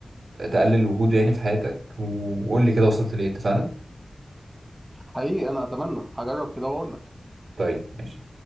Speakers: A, on the right; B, on the right.
A: تقلل وجوده يعني في حياتك وقول لي كده وصلت لإيه اتفقنا؟
B: حقيقي أنا أتمنى هجرب كده وأقول لك
A: طيب ماشي